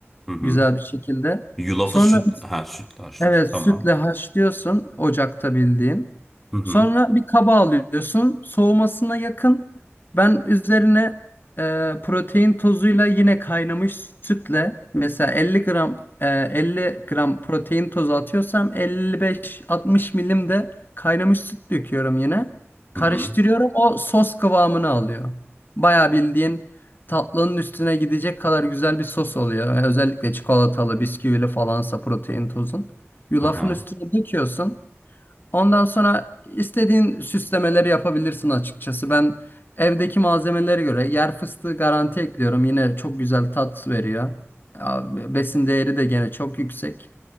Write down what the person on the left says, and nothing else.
güzel bir şekilde.
Sonra
Evet,
sütle haşlıyorsun ocakta bildiğin.
Sonra bir kaba alıyorsun, soğumasına yakın. Ben üzerine e, protein tozuyla yine kaynamış sütle mesela 50 gram e, 50 gram protein tozu atıyorsam 55-60 milim de kaynamış süt döküyorum yine. Karıştırıyorum,
o sos kıvamını alıyor. Bayağı bildiğin tatlının üstüne gidecek kadar güzel bir sos oluyor. Özellikle çikolatalı, bisküvili falansa protein tozun. Yulafın
üstüne döküyorsun. Ondan sonra istediğin süslemeleri yapabilirsin açıkçası. Ben evdeki malzemelere göre yer fıstığı garanti ekliyorum. Yine çok güzel tat veriyor. Ya, Besin değeri de gene çok yüksek.